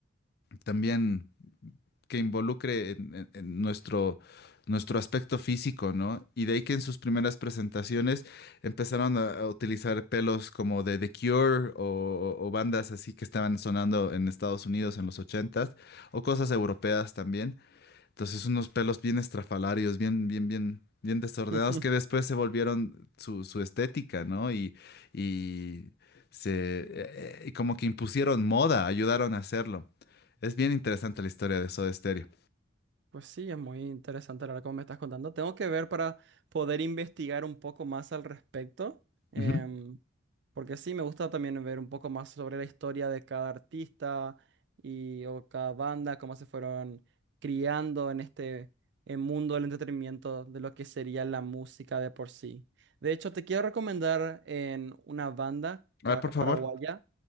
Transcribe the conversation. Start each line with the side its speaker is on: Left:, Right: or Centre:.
Left: también que involucre en, en- en nuestro, nuestro aspecto físico, ¿no? Y de ahí que en sus primeras presentaciones empezaron a, a utilizar pelos como de The Cure o, o- o bandas así que estaban sonando en Estados Unidos en los ochentas, o cosas europeas también. Entonces unos pelos bien estrafalarios, bien, bien, bien, bien desordenados
Right: <laughs>
Left: que después se volvieron su, su estética, ¿no? Y, y se eh, eh, como que impusieron moda, ayudaron a hacerlo. Es bien interesante la historia de Soda Stereo.
Right: Pues sí, es muy interesante la verdad como me estás contando. Tengo que ver para poder investigar un poco más al respecto, em,
Left: Ujú.
Right: porque sí, me gusta también ver un poco más sobre la historia de cada artista y o cada banda, cómo se fueron criando en este eh, mundo del entretenimiento de lo que sería la música de por sí. De hecho, te quiero recomendar en una banda ca-
Left: A ver, por
Right: ca-
Left: favor.
Right: paraguaya